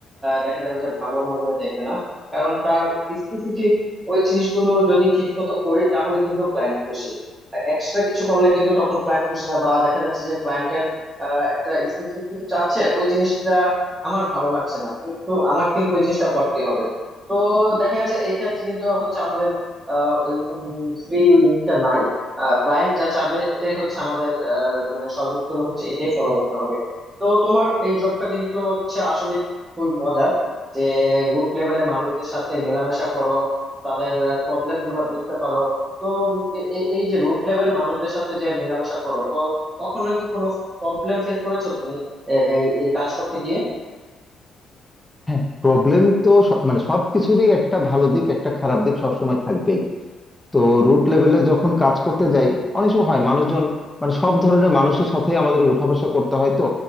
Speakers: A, on the right; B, in the centre.
A: দেখা যাবে যে ভালো নজরে দেখবে না কারণ তার স্পেসিফিক ওই জিনিসগুলো যদি ঠিক মতো করি তাহলে কিন্তু ক্লায়েন্ট খুশি এক্সট্রা কিছু করলে কিন্তু তখন ক্লায়েন্ট খুশি না বা দেখা যাচ্ছে যে ক্লায়েন্টের আহ, একটা স্পেসিফিক কিছু চাচ্ছে ওই জিনিসটা আমার ভালো লাগছে না কিন্তু আমার কিন্তু ওই জিনিসটা করতে হবে তো দেখা যাচ্ছে এই ক্ষেত্রে কিন্তু হচ্ছে আমাদের আহ, ওইরকম ফ্রি লিঙ্কটা নাই ক্লায়েন্ট যা চাবে এটাই হচ্ছে আমাদের আহ, মানে সর্বোচ্চ হচ্ছে এটাই ফলো করতে হবে তো তোমার এই জবটা কিন্তু হচ্ছে আসলে খুবই মজার যে রুট লেভেলে মানুষদের সাথে মেলামেশা করো তাদের প্রবলেম গুলা বুঝতে পারো তো উম, এ- এ- এই যে রুট লেভেলে মানুষদের সাথে যে মেলামেশা করো তো কখনো কি কোনো প্রবলেম ফেস করেছো তুমি এই এই কাজ করতে গিয়ে
B: হ্যাঁ প্রবলেম তো স- মানে সবকিছুরই একটা ভালো দিক একটা খারাপ দিক সবসময় থাকবেই তো রুট লেভেলে যখন কাজ করতে যাই অনেক সময় হয় মানুষজন মানে সব ধরনের মানুষের সাথে আমাদের উঠাবসা করতে হয় তো